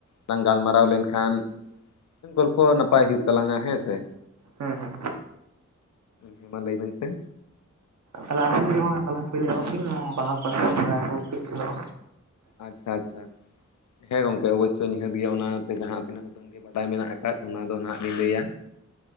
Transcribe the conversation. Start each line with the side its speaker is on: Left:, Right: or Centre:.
Left: ᱵᱟᱝ ᱜᱟᱞᱢᱟᱨᱟᱣ ᱞᱮᱱᱠᱷᱟᱱ ᱜᱚᱞᱯᱚ ᱱᱟᱯᱟᱭ ᱦᱩᱭᱩᱜ ᱛᱟᱞᱟᱝᱟ ᱦᱮᱸᱥᱮ?
Right: ᱦᱮᱸ ᱦᱮᱸ᱾
Left: ᱦᱮᱸ ᱢᱟ ᱞᱟᱹᱭ ᱵᱮᱱ ᱥᱮ᱾
Right: ᱛᱟᱦᱞᱮ ᱟᱹᱵᱤᱱ ᱜᱮ ᱢᱟ ᱛᱟᱦᱞᱮ ᱯᱳᱭᱞᱳ ᱮᱦᱚᱵ ᱵᱤᱱ ᱵᱟᱦᱟ ᱯᱚᱨᱚᱵ ᱯᱟᱞᱮᱱ ᱢᱤᱴᱟᱝ ᱨᱮᱦᱚ
Left: ᱟᱪᱪᱷᱟ ᱟᱪᱪᱷᱟ ᱦᱮᱸ ᱜᱚᱝᱠᱮ ᱚᱵᱚᱥᱥᱭ ᱱᱤᱦᱟᱹᱛ ᱜᱮᱭᱟ ᱚᱱᱟᱛᱮ ᱡᱟᱦᱟᱸ ᱛᱤᱱᱟᱹᱜ ᱩᱰᱟᱹᱝ ᱜᱮ ᱵᱟᱰᱟᱭ ᱢᱮᱱᱟᱜ ᱟᱠᱟᱫ ᱚᱱᱟᱫᱚ ᱱᱟᱦᱟᱸᱜ ᱞᱤᱧ ᱞᱟᱹᱭᱟ